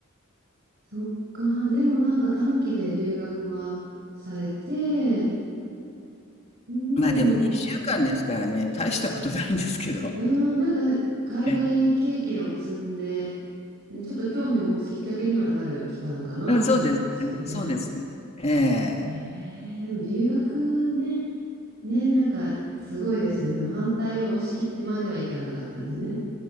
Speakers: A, on the right (about 50°); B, on the left (about 30°).
A: そっか。でもなんか短期で留学はされて、うん、
B: まあでも2週間ですからね、
A: でも、
B: 大したことないんですけど。
A: うん、なんか海外経験を積んで、
B: え
A: ね、ちょっと興味を持つきっかけにはなる期間かなって思いますよね。
B: うん、そうですね。そうですね。え
A: えー、でも留学ね、ね、なんかすごいですね。その反対を押し切ってまではいかなかったんですね。